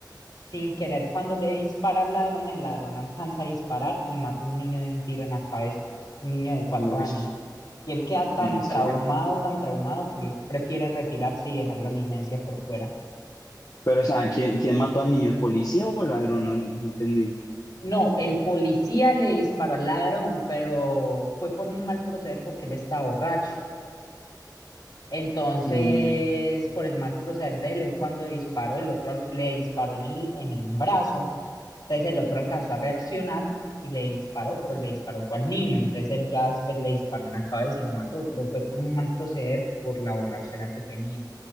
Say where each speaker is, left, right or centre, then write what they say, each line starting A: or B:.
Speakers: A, on the left; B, on the left.
A: sin querer, cuando le dispara al ladrón, el ladrón alcanza a disparar y mata a un niño de un tiro en la cabeza, un niño de cuatro
B: Uy,
A: años. Y él queda tan
B: ¿en serio?
A: traumado, tan traumado, que él prefiere retirarse y dejar la licencia por fuera.
B: Pero, o sea, ¿quién, quién mató al niño? ¿El policía o el ladrón? No, no entendí.
A: No, el policía le disparó al ladrón, pero fue por un mal proceder porque él estaba borracho. Entonces,
B: Mm,
A: por el mal proceder de él, él cuando disparó, el otro al- le disparó en el, en el brazo. Entonces el otro alcanzó a reaccionar y le disparó, pero le disparó fue al niño. Entonces él ya después le disparó en la cabeza y lo mató, pero fue por un mal proceder, por la borrachera que tenía.